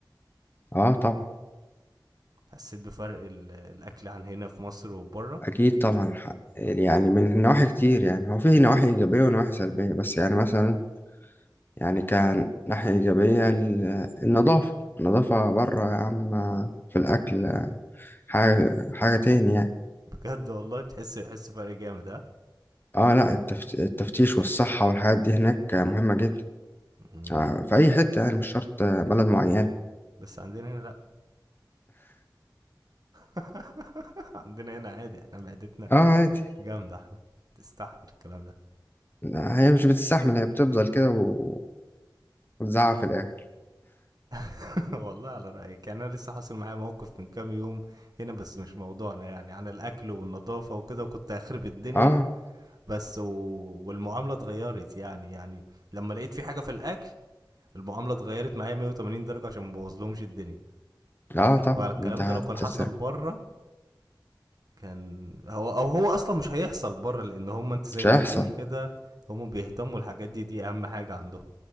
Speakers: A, on the left (about 25°); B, on the right (about 55°).
A: اه طبعا
B: حسيت بفرق ال... الاكل عن هنا في مصر وبره
A: أكيد طبعا حق يعني من نواحي كتير يعني هو فيه نواحي إيجابية ونواحي سلبية بس يعني مثلا يعني كان ناحية إيجابية ال- النظافة النظافة بره يا عم في الأكل حاجة حاجة تاني يعني
B: بجد والله بتحس بحس فرق جامد ها
A: اه لا التفت- التفتيش والصحة والحاجات دي هناك مهمة جدا
B: مم.
A: آه، في أي حتة يعني مش شرط بلد معينة
B: بس عندنا هنا لا <laughs> عندنا هنا عادي احنا معدتنا
A: اه عادي
B: جامدة احنا تستحمل الكلام ده
A: هي مش بتستحمل هي بتفضل كده و- وتزعق في الآخر
B: <laughs> والله على رأيك يعني انا لسه حاصل معايا موقف من كام يوم هنا بس مش موضوعنا يعني عن الاكل والنظافة وكده وكنت اخرب الدنيا
A: اه
B: بس و... والمعامله اتغيرت يعني يعني لما لقيت في حاجه في الاكل المعامله اتغيرت معايا 180 درجه عشان ما بوظلهمش الدنيا
A: اه طبعا
B: فالكلام
A: انت هت-
B: ده لو كان حصل بره كان هو او هو اصلا مش هيحصل بره لان هم انت زي
A: مش
B: ما
A: هيحصل
B: بتقول كده هم بيهتموا الحاجات دي دي اهم حاجه عندهم